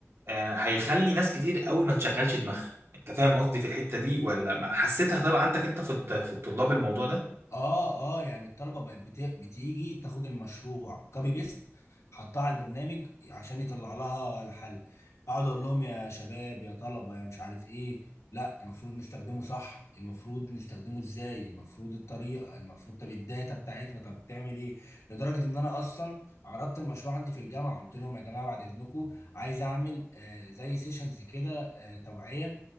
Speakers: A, on the right (about 60°); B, on the left (about 80°).
A: آه، هيخلي ناس كتير قوي ما تشغلش دماغها انت فاهم قصدي في الحته دي ولا ما- حسيتها طبعا عندك انت في الط- في الطلاب الموضوع ده
B: اه اه يعني الطلبه بقت بت- بتيجي تاخد المشروع كوبي بيست حطها على البرنامج عشان يطلع لها الحل اقعد اقول لهم يا شباب يا طلبه يا مش عارف ايه لا المفروض نستخدمه صح المفروض نستخدمه ازاي المفروض الطريقه المفروض طب الداتا بتاعتنا طب تعمل ايه لدرجه ان انا اصلا عرضت المشروع عندي في الجامعه قلت لهم يا جماعه بعد اذنكم عايز اعمل آه زي سيشنز كده آه توعيه